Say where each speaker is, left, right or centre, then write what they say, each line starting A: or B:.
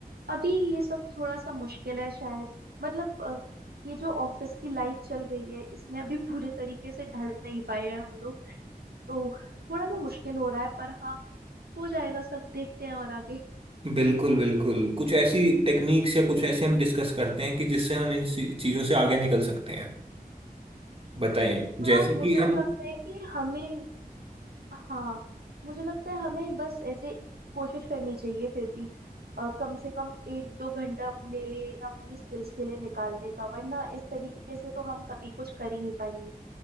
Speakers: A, on the right; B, on the right.
A: अभी ये सब थोड़ा सा मुश्किल है शायद मतलब अ, ये जो ऑफिस की लाइफ चल रही है इसमें अभी पूरे तरीके से ढल नहीं पाए हैं हम लोग तो थोड़ा सा मुश्किल हो रहा है पर हाँ हो जाएगा सब देखते हैं और आगे
B: बिल्कुल बिल्कुल कुछ ऐसी टेक्निक्स या कुछ ऐसे हम डिस्कस करते हैं कि जिससे हम इन सी- चीजों से आगे निकल सकते हैं बताइए
A: हाँ
B: जैसे
A: मुझे
B: कि हम
A: तो लगता है कि हमें हाँ मुझे लगता है हमें बस ऐसे कोशिश करनी चाहिए फिर भी अ, कम से कम एक दो घंटा अपने लिए या अपनी स्किल्स के लिए निकालने का वरना इस तरीके से तो हम कभी कुछ कर ही नहीं पाएंगे